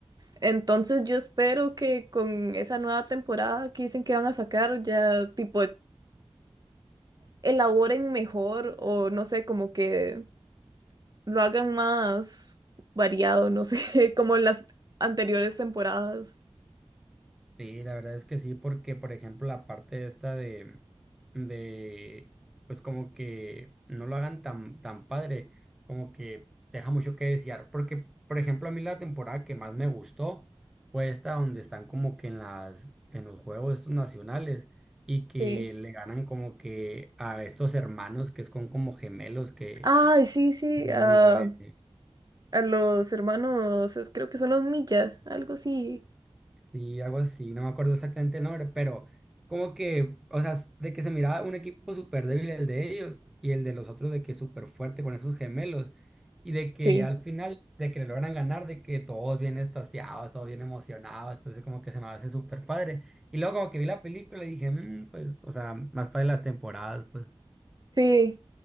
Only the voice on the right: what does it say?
Entonces yo espero que con esa nueva temporada que dicen que van a sacar, ya tipo elaboren mejor o no sé, como que lo hagan más variado, no sé, <laughs> como en las anteriores temporadas.
Sí.
Ay, sí, sí,
a,
a los hermanos, es- creo que son los Milla, algo así.
Sí,
sí,